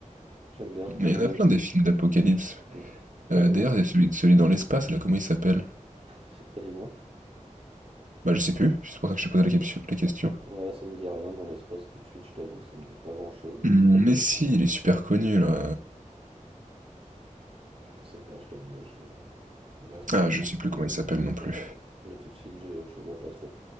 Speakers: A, on the right; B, on the right.
A: J'aime bien, après
B: Mais
A: dans
B: il y en
A: le
B: a
A: même
B: plein
A: style.
B: des films d'apocalypse.
A: Ouais, il
B: Euh,
A: y
B: d'ailleurs,
A: en a,
B: il y a celui, celui dans l'espace, là, comment il s'appelle?
A: je sais pas, dis-moi.
B: Bah, je sais plus, c'est pour ça que je t'ai posé
A: Ah,
B: la capsu- la question.
A: ouais, ça me dit rien, dans l'espace tout de suite, je t'avoue, ça me dit pas grand-chose.
B: Mmh,
A: Je sais pas,
B: mais si, il est super connu là.
A: je sais pas, je t'avoue, là, je... là tout
B: Ah,
A: de suite.
B: je sais plus comment il s'appelle non plus.
A: Ouais, là tout de suite, je, je vois pas trop.